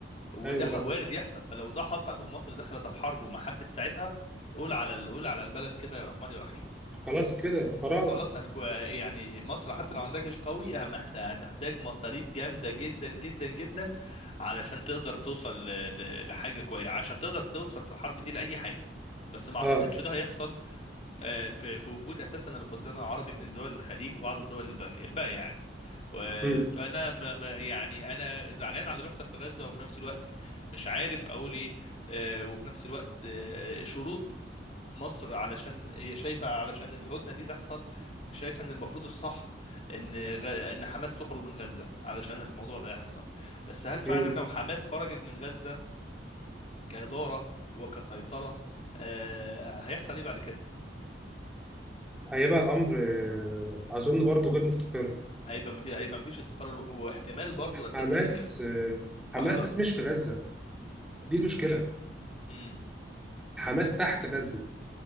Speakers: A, on the left; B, in the centre.
A: وده
B: أيوه
A: ح-
B: صح
A: وارد يحصل فلو ده حصل ومصر دخلت الحرب ومحدش ساعدها قول على ال- قول على البلد كده يا رحمن يا رحيم
B: خلاص كده قرار
A: فخلاص هتكون يعني مصر حتى لو عندها جيش قوي هم- هتحتاج مصاريف جامدة جدا جدا جدا علشان تقدر توصل ل- ل- لحاجة كويسة عشان تقدر توصل في الحرب دي لأي حاجة بس ما اعتقدش
B: أه
A: ده هيحصل آه، في في وجود اساسا الخزان العربي من دول الخليج وبعض الدول الباقي- الباقية يعني و-
B: مم.
A: فانا ما ما- يعني انا زعلان على اللي بيحصل في غزة وفي نفس الوقت مش عارف اقول ايه آه، وفي نفس الوقت آه، شروط مصر علشان هي شايفة علشان الهدنة دي تحصل شايفة ان المفروض الصح ان غ... ان حماس تخرج من غزة علشان الموضوع ده يحصل بس هل فعلا
B: مم.
A: لو حماس خرجت من غزة كإدارة وكسيطرة آه... هيحصل ايه بعد كده
B: هيبقى الأمر آه، أظن برضه غير مستقر
A: هيبقى ما في هيبقى ما فيش استقرار واحتمال برضو اساسا
B: حماس
A: يك...
B: آه،
A: وحما...
B: حماس مش في غزة دي المشكلة
A: مم.
B: حماس تحت غزة